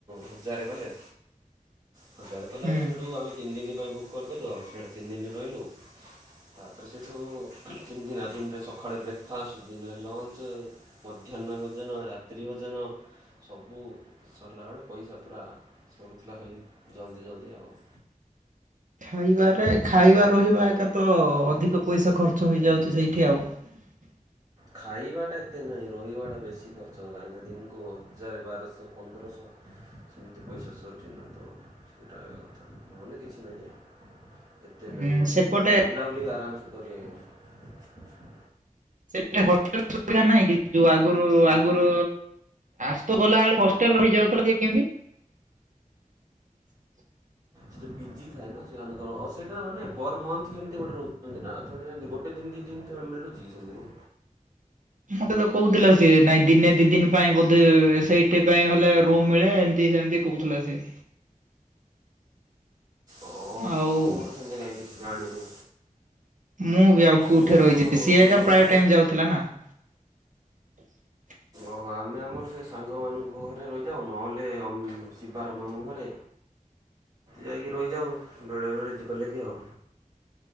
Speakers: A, on the right; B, on the right.
A: ହଜାର କଲେ
B: <inaudible>
A: ହଜାର କଲାରୁ
B: ହୁଁ।
A: ସେଇଠୁ ଆମେ ତିନି ଦିନ ପାଇଁ ବୁକ୍ କରିଦେଲୁ ଆଉ ସିଆଡ଼େ ତିନି ଦିନ ରହିଲୁ, ତାପରେ ସେଇଠୁ ସେମିତି ନା ଦିନରେ ସକାଳେ ବ୍ରେକ୍ଫାଷ୍ଟ, ଦିନରେ ଲଞ୍ଚ, ମଧ୍ୟାହ୍ନ ଭୋଜନ, ରାତ୍ରି ଭୋଜନ ଭୋଜନ ସବୁ ସରିଲା ବେଳେ ପଇସା ପୁରା ସରୁଥିଲା ଖାଲି ଜଲ୍ଦି ଜଲ୍ଦି ଆଉ।
B: <unintelligible> ଖାଇବାରେ ଖାଇବା ରହିବା ଏକା ତ ଅଧିକ ପଇସା ଖର୍ଚ୍ଚ ହେଇଯାଉଛି ସେଇଠି ଆଉ। <unintelligible>
A: ଖାଇବାଟା ଏତେ ନାହିଁ ରହିବାଟା ବେଶୀ ଖର୍ଚ୍ଚ କାହିଁକିନା ଦିନକୁ ହଜାରେ ବାରଶହ ପନ୍ଦରଶହ ସେମିତି ପଇସା ସରୁଚି ନା ତ ସେଇଟା ହେବା କଥା ନହେଲେ କିଛି ନାହିଁ ଯେ ଏତେ
B: ଉଁ
A: ନାଇଁ
B: ସେପଟେ
A: ଯଦି ବୁଲାବୁଲି ବି ଆରାମସେ କରିହେବ।
B: ହେଲେ ହୋଟେଲ ସୁବିଧା ନାହିଁ କି, ଯୋଉ ଆଗୁରୁ ଆଗୁରୁ ଆଜତ ଗଲାବେଳୁ ହଷ୍ଟେଲ ରହିଯାଉ <unintelligible>
A: ସେ ଯୋଉ ପିଜି ଥାଏ ନା ସେମାନଙ୍କର ସେଟା ମାନେ ପର୍ ମନ୍ଥ ଗୋଟେ ରହୁଚନ୍ତି ନା ତାହେଲେ ଯଦି ଗୋଟେ ଦିନ ଦି ଦିନ ତଳେ ମିଳୁଚି କି ସେଥିରୁ?
B: ହ <inaudible> ମତେ ତ କହୁଥିଲା ସିଏ ନାଇଁ ଦିନେ ଦି ଦିନ ପାଇଁ ବୋଧେ ସେଇଠି ପାଇଁ ହେଲେ ରୁମ ମିଳେ ଏମତି ସେମତି କହୁଥିଲା ସେ
A: ଓହୋ
B: ଆଉ
A: ମୁଁ ତ ସେମିତି କାହିଁ ଜାଣିନି
B: ମୁଁ ବି ଆଉ କୋଉଠି
A: ମୁଁ
B: ରହିଯିବି,
A: ତ
B: ସିଏ ଏକା
A: ରୁମ୍
B: ପ୍ରାୟ ଟାଇମ ଯାଉଥିଲା ନା। ହ <inaudible>
A: ହଁ ଆମେ ଆମର ସେ ସାଙ୍ଗମାନଙ୍କ ଘରେ ରହିଯାଉ, ନହେଲେ ଅମ ଶିବାର ମାମୁଁ ଘରେ ଯାଇକି ରହିଯାଉ, ବେଳେବେଳେ ଗଲେ ବି ଯାଉ